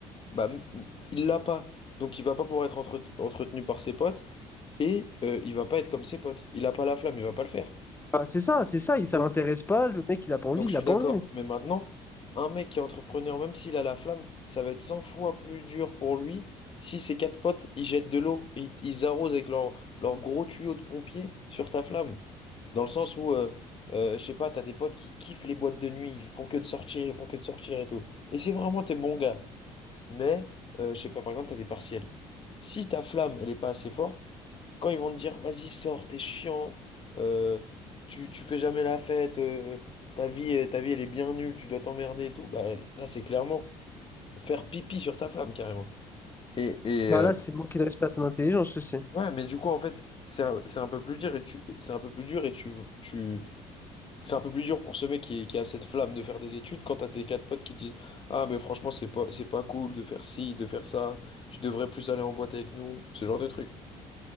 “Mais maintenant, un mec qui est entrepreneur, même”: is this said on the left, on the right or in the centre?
Left